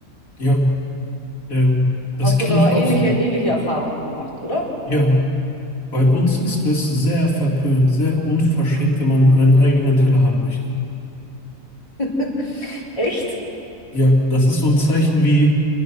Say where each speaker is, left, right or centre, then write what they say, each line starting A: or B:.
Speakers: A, on the left (about 85°); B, on the left (about 25°).
A: ja, ähm, das
B: Hast
A: kenne
B: du da
A: ich auch
B: ähnliche,
A: so.
B: ähnliche Erfahrungen gemacht, oder?
A: Ja, bei uns ist es sehr verpönt, sehr unverschämt, wenn man einen eigenen Teller haben möchte.
B: <laughs> Echt?
A: Ja, das ist so ein Zeichen wie,